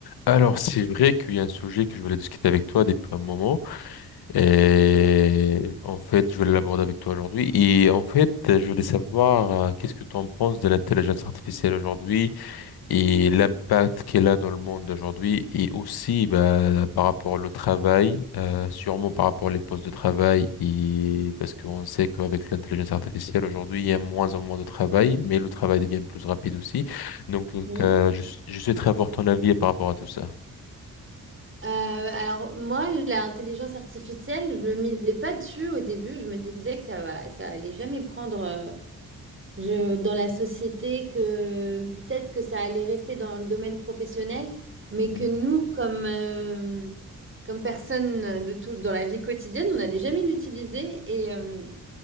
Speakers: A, on the left (about 80°); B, on the right (about 35°).
A: Alors, c'est vrai qu'il y a un sujet que je voulais discuter avec toi depuis un moment. Et en fait, je voulais l'aborder avec toi aujourd'hui. Et en fait, je voulais savoir euh, qu'est-ce que tu en penses de l'intelligence artificielle aujourd'hui et l'impact qu'elle a dans le monde d'aujourd'hui. Et aussi, bah, par rapport au travail, euh, sûrement par rapport aux postes de travail. Et parce qu'on sait qu'avec l'intelligence artificielle aujourd'hui, il y a moins en moins de travail, mais le travail devient plus rapide aussi. Donc,
B: Mhm.
A: euh, je, je souhaiterais avoir ton avis par rapport à tout ça.
B: Euh, alors moi, l'intelligence artificielle, je ne misais pas dessus au début. Je me disais que ça va, ça allait jamais prendre euh, je, dans la société, que peut-être que ça allait rester dans le domaine professionnel, mais que
A: Mhm,
B: nous, comme, euh, comme personne de tout, dans la vie quotidienne, on n'allait jamais l'utiliser. Et euh,